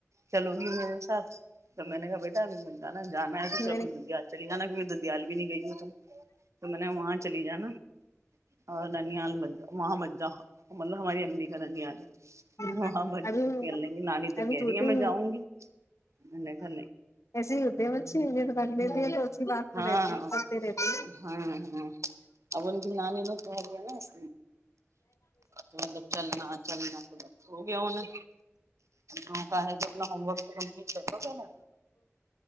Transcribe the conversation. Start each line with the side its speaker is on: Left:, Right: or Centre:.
Right: چلو گی میرے ساتھ تو میں نے کہا بیٹا ابھی م جانا جانا ہے
Left: میں
Right: تو اپ
Left: نے
Right: دنیا سے چلی جانا دیال بھی نہیں گئی ہو ت تو میں نے وہاں چلی جا نا اور ننیاال م وہاں مجہ مطلب ہماری امی کا ننیاال ہے
Left: ہ
Right: وہاں مت
Left: ابھی
Right: جاؤ کہنے لگی نانی تو
Left: ابھی
Right: کہہ
Left: شوٹگ
Right: رہی ہے میں
Left: ہ
Right: جاؤں گی میں نے کہا
Left: ایسے ہی ہوتے ہے بچھی رکھ
Right: نہیں
Left: لیتی ہے تو اھی بات
Right: ہاں
Left: کو رہتی کرتے رہتے
Right: ہاں ہاں اب ان کی نانی ن توج ہے نا اس مطلب چلنا چلنا تو ب ہو گیا ان وہ کا ہے کہ اپنا ہومک تو کمپلیٹ کر ل گ ن